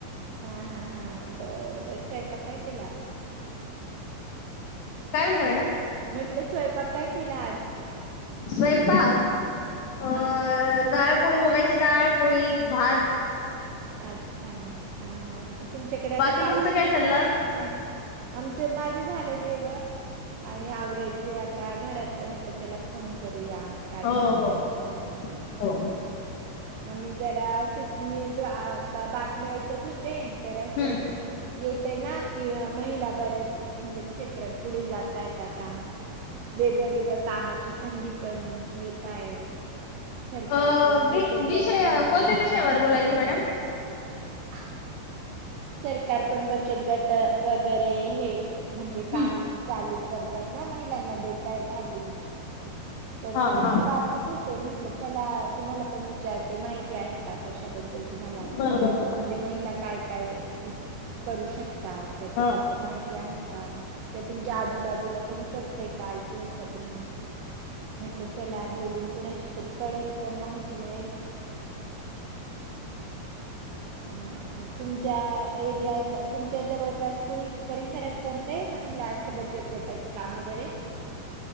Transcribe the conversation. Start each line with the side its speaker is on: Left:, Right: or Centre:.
Right: हा हा हा बर बर स्वयपाक काय केलात आज?
Left: काय म्हंटला मॅडम?
Right: म्हटलं स्वयंपाक काय केला आज?
Left: स्वयंपाक अ
Right: हा
Left: डाळ पोळी मुगाची दाळ, पोळी, भात.
Right: अच्छा हा हा हा तुमच्याकडे आता
Left: बाकी
Right: पाऊस
Left: तुमचं
Right: सुरू
Left: काय चाललं
Right: झालाय की नाही, आमचं माझं झालं जेवण. आणि आवरायचे आता घरातलं म्हटलं त्याला फोन करूया काय
Left: हो
Right: चाललंय
Left: हो
Right: विचारायला
Left: हो
Right: हं. आम्ही जरा असे <unintelligible> बातमी ऐकत होते तर
Left: हम्म
Right: अस येतय ना कि महिला बऱ्याच म्हणजे क्षेत्रात पुढे जातय आता. वेगळ्या वेगळ्या कामाच्या संधी पण मिळत आहेत. सरकार
Left: अ
Right: पण
Left: वि
Right: बचत गटांना
Left: विषय
Right: वगैरे
Left: कोणत्या विषयावर बोलायचं मॅडम
Right: <inaudible> सरकार पण बचत गट वगैरे हे म्हणजे
Left: हम्म
Right: काम चालू करतात. महिलां देतायत हल्ली. तर
Left: हा
Right: मी अस
Left: हा
Right: वाचत होते म्हटलं चला तुम्हाला पण विचारते माहिती आहे का कशाबद्दल तुम्हाला,
Left: बरोबर
Right: म्हणजे महिला काय काय करू शक तात. त्याच्याबद्दल
Left: हा
Right: माहिती आहे का त्या तुमच्या आजूबाजूला कोणी करतय का ऐकलंय का तुम्ही. म्हटलं चला बोलून कुणाशी तरी कळेल पण माहिती मिळेल. हा. तुमच्या एरिया तुमच्या जवळपास कोणी परिसरात करतय महिला असं बच त गटाचं काम वगैरे.